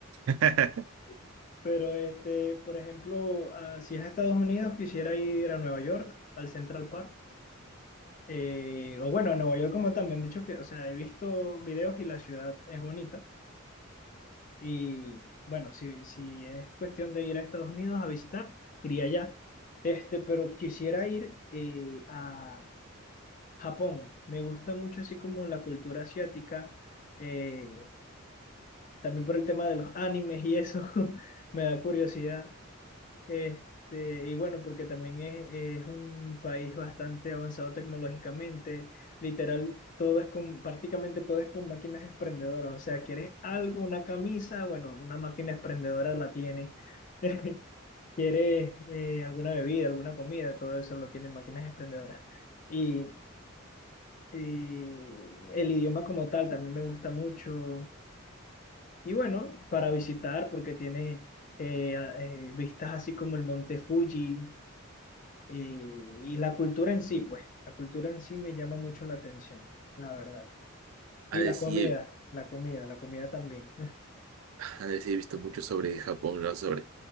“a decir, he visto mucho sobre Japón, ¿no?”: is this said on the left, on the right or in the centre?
Right